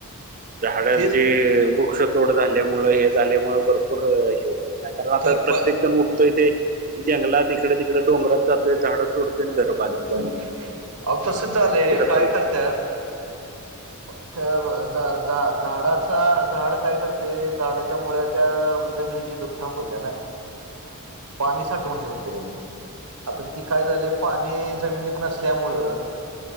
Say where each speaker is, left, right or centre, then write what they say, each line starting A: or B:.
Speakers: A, on the right (about 40°); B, on the right (about 85°).
A: झाडांचे
B: तेच
A: वृक्षतोड झाल्यामुळे हे झाल्यामुळे भरपूर हे हो नाहीतर आता
B: तर
A: प्रत्येक
B: प
A: जण उठतो तेे जंगलात इकडे तिकडे डोंगरात जातोय झाडं तोडतोय आणि घर बांध
B: अहो तसच झालंय काय
A: पण
B: करत्यात <inaudible> झा झा झाडाचा झाड काय करते झाडाच्या मुळ्या त्या जमिनीची धूप थांबवते ना. पाणी साठवून ठेवतय आता ती काय झाले पाणी जमिनीत नसल्यामुळं